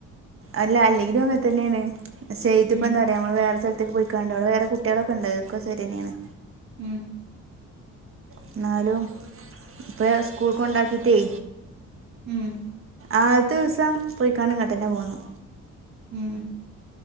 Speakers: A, on the right (about 45°); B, on the right (about 60°).
A: അല്ല അല്ലെങ്കിലും അങ്ങനെ ഇപ്പ
B: ഉം
A: എന്താറിയ നമ്മള് വേറെ സ്ഥ ത്തേക്ക് പോയിക്കാണ്ട് അവിടെ വേറേ കുട്ടികളൊക്കെ ഉണ്ട് ക്കെ ശരി തന്നെയാണ്
B: ഉം
A: എന്നാലും ഇപ്പ സ്കൂൾ കൊണ്ടാക്കിട്ടേ
B: ഉം
A: ആദ്യത്ത ദിവസം പോയിക്കാണ്ട് ഇങ്ങാട്ടന്നെ പോന്നു
B: ഉം